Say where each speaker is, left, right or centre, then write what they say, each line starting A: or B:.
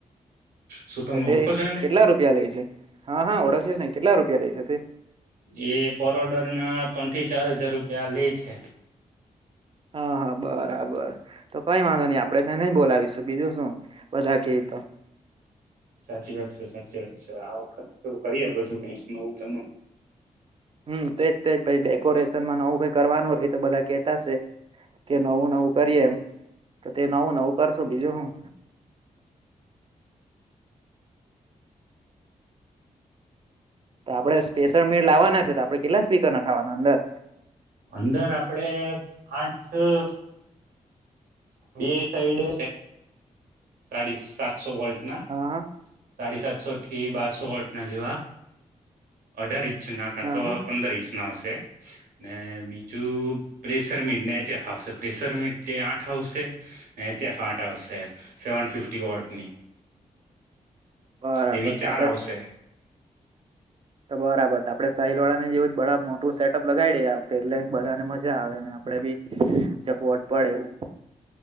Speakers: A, on the right; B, on the right.
A: શું તમે
B: તો તે
A: ઓળખો છો એને
B: કેટલા રૂપિયા લે છે હા હા ઓળખશે ને કેટલા રૂપિયા લે છે તે
A: એ પર ઓડર ના ત્રણ થી ચાર હજાર રૂપિયા લે છે.
B: હા હા બરાબર તો કઈ વાંધો આપડે તને ન બોલાવીશું બીજું શું બધા તો
A: સાચી વાત છે સાચી વાત છે આ વખત તો કરીએ બધું કઈક નવુંચનું
B: હમ્મ તેજ તે પ ડેકોરેશનમાં નવું કઈ કરવાનું રય તો બધા કેતાશે કે નવું નવું કરીયએ એમ તો તે નવું નવું કરશું બીજું હું. તો આપડણે સ્પેશલ મિડ લવાના છે તો આપડણે કેટલા સ્પીકના ખાવાના અંદર
A: અંદર આપડે આઠ બે સાઈડે સાડી સાતસો વોલ્ટ ના
B: હા હા
A: સાડી સાતસો થી બાર સોળ ના જેવા અઢાર ઇંચ ના કા
B: હા
A: તો
B: હા
A: પંદર ઇંચ ના આવશે. ને બીજું પ્રેશર મીટ ને એચ એફ આવશે પ્રેશર મીટ આઠ આવશે. એચ એફ આટ હાઉ છે સેવન ફિફ્ટી વોટ ની.
B: બરાબર
A: એવી ચાર
B: તો આપડે
A: આવશે.
B: તો બરાબર આપડે સાહલ વાળા ને જેવું જ બધા મોટું સેટઅપ લગાવી દે એટલે બધાને મજા આવે ને આપડે બી ચકવટ પડે એવું.